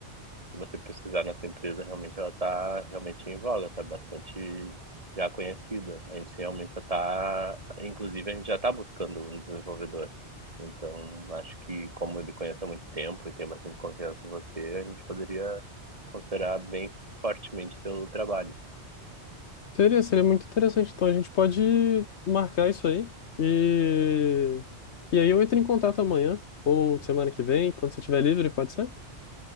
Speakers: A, on the right; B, on the left.
A: se você pesquisar nossa empresa, realmente ela está realmente em voga, está bastante já conhecida. A gente realmente só está, inclusive a gente já está buscando um desenvolvedor. Então, acho que como ele conhece há muito tempo e tem bastante confiança em você, a gente poderia considerar bem fortemente seu trabalho.
B: Seria, seria muito interessante. Então a gente pode marcar isso aí e e aí eu entro em contato amanhã ou semana que vem, quando você estiver livre, pode ser?